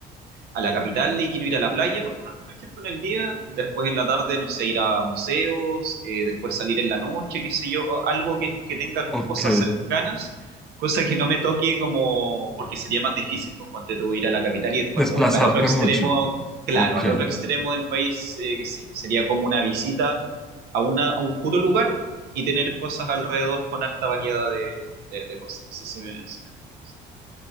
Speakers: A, on the right (about 70°); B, in the centre.
A: a la capital y quiero ir a la playa, por ponerte un ejemplo, en el día, después en la tarde, no sé, ir a museos, eh, después salir en la noche, qué sé yo, o algo que, que tenga
B: ok.
A: cosas cercanas, cosa que no me toque como, porque sería más difícil, pues, ponte tú ir a la capital y después
B: Desplazarte
A: moverme al otro extremo,
B: mucho.
A: claro,
B: Ok,
A: al otro extremo del país, eh, qué sé yo, sería como una visita a, una, a un puro lugar y tener cosas alrededor con harta variedad de, de- de cosas, no sé si me, si me entiendo.